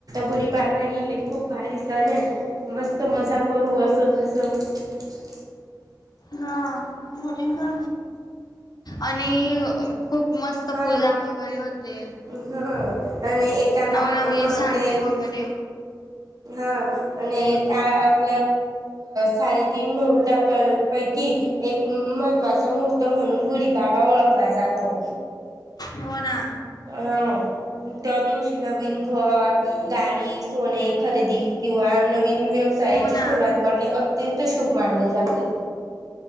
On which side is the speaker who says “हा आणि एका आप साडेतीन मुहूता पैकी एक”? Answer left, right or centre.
Right